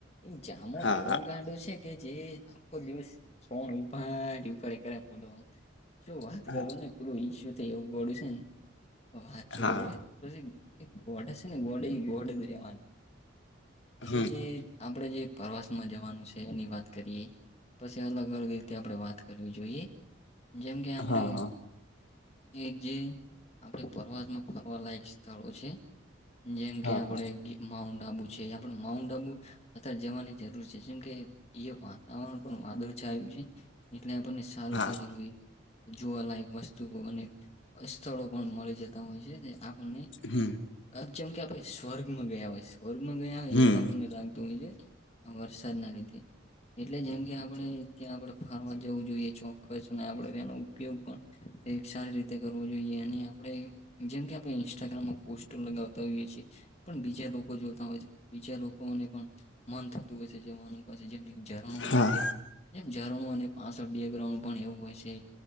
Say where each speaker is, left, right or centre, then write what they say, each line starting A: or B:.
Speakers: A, on the left (about 35°); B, on the left (about 65°).
A: એ જામો
B: હા
A: એવો ગાંડો છે કે જે આખો દિવસ છોણ ઉપાડ ઉપાડ કરે બોલો શું વાત
B: હા
A: કરો ને પેલું ઈસુ થ એવું ગોંડુ છે ને તો વાત શું
B: હા
A: કરો પછી ગોડ છે ને ગોડ એ ગોડ જ રહેેવાનું. પછે
B: હમ
A: જે આપડે જે પ્રવાસમાં જવાનું છે એની વાત કરીએ, પછી અલગ અલગ રીતે આપણે વાત કરવી જોઈએ. જેમ કે આપણેે
B: હા હા
A: એક જે આપડે પ્રવાસમાં ફરવાલાયક સ્થળો છે. જેમ
B: હા
A: કે આપણે
B: હા
A: કે માઉન્ટ આબુ છે આપડ માઉન્ટ આબુ અતાર જવાની જરૂર છે જેમ કે એ વાતાવરણ પણ વાદળછાયું છે એટલે આપણને સારું
B: હા
A: સારી એવી જોવાલાયક વસ્તુઓ અને સ્થળો પણ મળી જતા હોય છે તે આપણને
B: હમ
A: આ ચમ કે આપણે સ્વર્ગમાં ગયા હોય સ્વર્ગમાં ગયા હોય
B: હમ
A: એવું આપણને લાગતું હોય છે વરસાદ ના લીઘે. એટલે જેમ કે આપડે ત્યાં આપડે ફારવા જવું જોઈએ ચોક્કસને આપડે. તેનો ઉપયોગ પણ એક સારી રીતે કરવો જોઈએ અને આપણે જેમ કે આપણે ઇન્સ્ટાગ્રામમાં પોસ્ટો લગાવતા હોઈએ છીએ. પણ બીજા લોકો જોતા હોય છે બીજા લોકોને પણ મન થતું હોય છે જવાનું. પછી જેમ ઝરણું હોય
B: હા
A: છે એમ ઝરણું અને પાછળ બેંગ -ગાઉડપણ એવું હોય છે.